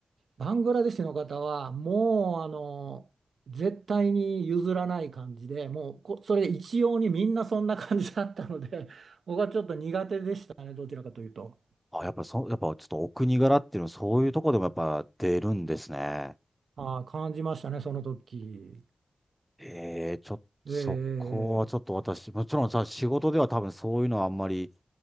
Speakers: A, on the right; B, in the centre.
A: バングラデシュの方は、もう、あの、絶対に譲らない感じで、もうこ、それ一様にみんなそんな感じだったので、<laughs> 僕はちょっと苦手でしたね、どちらかというと。
B: あ、やっぱそ、やっぱちょっとお国柄っていうのはそういうとこでもやっぱ出るんですね。
A: ああ、感じましたね、その時。
B: ええ、ちょっと、そこはちょっと私、
A: ええ
B: もちろんさ、仕事では多分そういうのはあんまり